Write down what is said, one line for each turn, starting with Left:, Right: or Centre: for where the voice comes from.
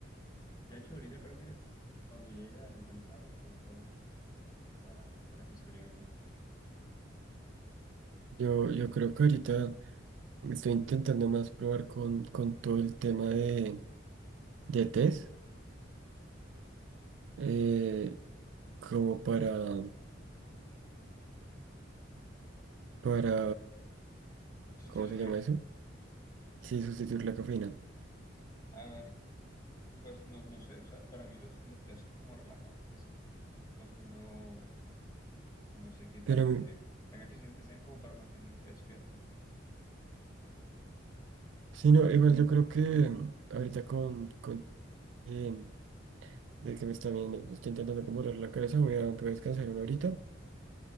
Left: De hecho, ahorita creo que cuando llegue al, al trabajo me compro uno para, para empezar bien el día.
Right: Yo, yo creo que ahorita estoy intentando más probar con, con todo el tema de, de test. eh, como para, para,
Left: Sustituir,
Right: ¿cómo se llama eso? Sí, sustituir la cafeína.
Left: a ver, pues no, no sé, o sea, para mí los, los tés son como relajantes. Entonces no, no sé qué tan,
Right: Pero,
Left: ef- tan eficientes sean como para mantenerte despierto.
Right: Sí, no, igual yo creo que mm, ahorita con, con eh, de que me está, bien, está intentando como doler la cabeza, voy a, voy a descansar una horita